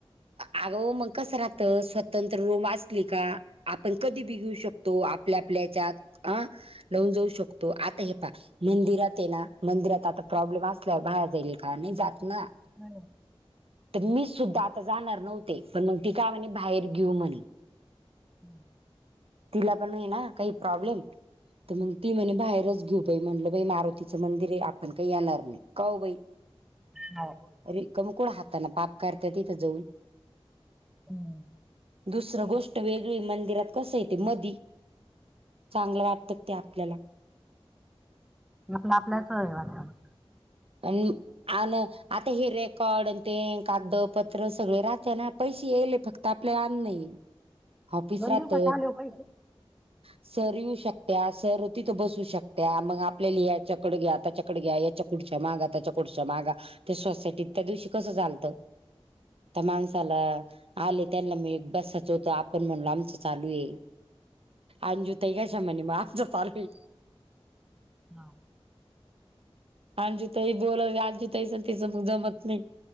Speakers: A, on the right; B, in the centre.
A: अगं मग कसं राहत स्वतंत्र रूम असली का आपण कधी बि घेऊ शकतो आपल्या आपल्या हेच्यात अ लावून जाऊ शकतो आता हे पाहा. मंदिरात ये ना मंदिरात आता प्रॉब्लेम असल्यावर बाहेर जाईल का? नाही जात ना.
B: हम्म
A: तर मी सुद्धा आता जाणार नव्हते, पण मग ती काय म्हणे बाहेर घेऊ म्हणे.
B: हम्म
A: तिला पण ना काही प्रॉब्लेम तर मग ती म्हणे बाहेरच घेऊ. त म्हणलं बाई मारुतीचं मंदिर आहे, आपण काही येणार नाही काउ बाई.
B: ह
A: रिकम कोळ हातान पाप करत्या तिथं जाऊन.
B: हम्म
A: दुसरं गोष्ट वेगळी मंदिरात कसंय ते मधी चांगलं वाटतं ते आपल्याला
B: मग आपल्यास <unintelligible>
A: आणि आन आता हे रेकॉर्ड ते कागदपत्र सगळे राहते ना पैसे याले फक्त ती आपल्या आण नाही ऑफिस
B: दोन
A: राहत
B: दिवसाचे आले हो पैसे
A: सर येऊ शकत्या, सर होती तर बसू शकत्या, मग आपल्याली याच्या कड घ्या, त्याच्याकड घ्या याच् घ्या पुढच्या मागा, त्याच्या पुढच्या मागा, त्या सोसायटीत त्या दिवशी कसं झालतं? त्या माणसाला आले त्यांना मी बसाच होत आपण म्हणलो आमचं चालू आहे. आंजुताई कश्या म्हणे मग आमचा चालू आहे.
B: हा
A: आंजी ताई बोलल आंजी ताई चं आणि तिचं मग जमत नाही.